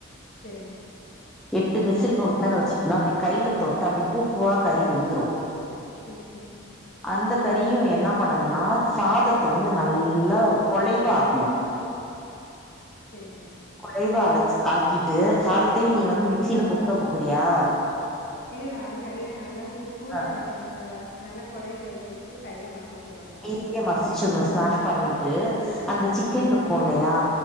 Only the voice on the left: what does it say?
செரிங்
சேர் சேரி்ங்க்கா
சேரிங்க்கா
இல்ல அது கைல நல்லா சு சூடா
வெ வே நல்லா கொழைய வேக வெச்சு கைல மசிச்சுருவங்க்கா
ஆ